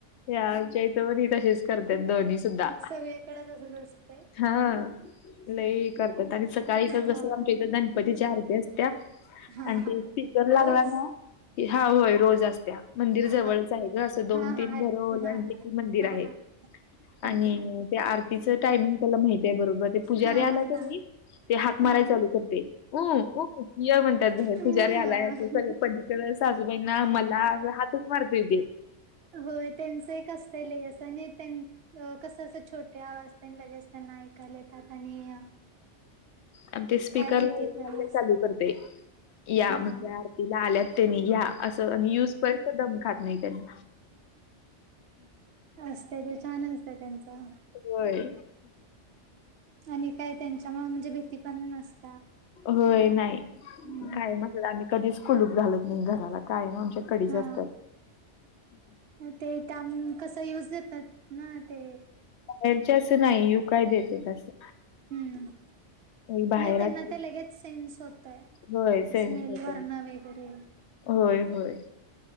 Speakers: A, on the left (about 70°); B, on the right (about 65°).
A: या आमच्या इत पन ही तशीच करत्यात दोन्ही सुद्धा
B: सगळी कड तसच आसतय.
A: हा लई करतात आणि सकाळीतर
B: होय.
A: जसं इथ आमच्या इथं गणपतीची आरती असते. आणि
B: हा हा
A: त स्पीकर
B: रोज
A: लागला ना हा होय रोज आसत्या. मंदिर जवळच
B: हा
A: आहे ग असं दोन
B: हा हा
A: तीन
B: अर
A: घरं ओलांडली
B: हा
A: की मंदिर
B: हा
A: आहे.
B: हा. मंदिरात
A: आणि त्या आरतीच टायमिंग त्याला माहती आहे बरोबर. ते पुजारी
B: हा
A: आला
B: हा
A: का
B: हा हा
A: नही हाक
B: हा.
A: माराय चालू करतय ऊ ऊ. ये म्हणत्यात <unintelligible>
B: हम्म
A: पुजारी आलाय असं पलीकड सुसबाई ना मला अंस हाकच मारतय ते.
B: होय त्यांच एक आसतचा लय आणि कसं असं छोट्या अवाज त्यांना लगेच त्यांना ऐकायला येतात आणि
A: आप ते स्पीकर
B: काय भीती
A: लावल्या
B: पण
A: लावल्या
B: नस
A: चालू करतय या
B: हा
A: म्हणजे आरतीला आल्यात त्यानी या. असं आणि युज पर्यंत दम खात नाही त्यांना.
B: आसतय ते छान असतंय त्यांचं.
A: व्हय.
B: आणि काय त्यांच्या म म्हणजे भीती पण नसते.
A: होय नाही
B: हम्म.
A: काय म्हटलं आणि कधीच कुलूप घालत नाही घराला काय ना आमच्या कडी जा
B: हा
A: असतात.
B: ते त्या म कसा यूज जातात ना ते
A: बाहेरचे असं नाही यू काय देते असं?
B: हम्म
A: बाहेर
B: ने त्यांना ते लगेच सेन्स होतय.
A: होय सेन्स
B: स्मेल
A: होतात.
B: वर्ण वगैरे.
A: होय होय.